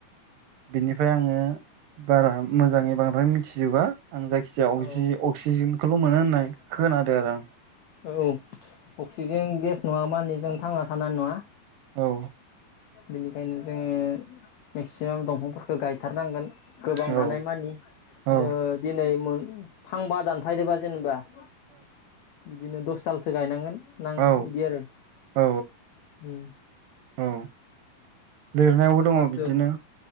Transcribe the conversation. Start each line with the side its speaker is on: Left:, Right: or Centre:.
Right: बिनिफ्राय आङो बारा मोजाङै बांद्राय मिथिजोबा। आं जायखिजाया
Left: औ
Right: अक्सि अक्सिजेनखौल' मोनो होननाय खोनादो आरो आं।
Left: औ अक्सिजेन गेस नङा माने जों थांना थानो हानाय नङा।
Right: औ।
Left: बिनिखायनो जोङो मेक्सिमाम दंफांफोरखौ गायथारनांगोन। गोबां
Right: औ
Left: हानायमानि
Right: औ
Left: नो दिनै मोन फांबा दानफायदो बा जेनेबा औ ज। बिदिनो दसथालसो गायनांगोन। नां
Right: औ
Left: बिदि आरो
Right: औ
Left: उम
Right: औ लिरनायावबो
Left: होनबासो
Right: दङ बिदिनो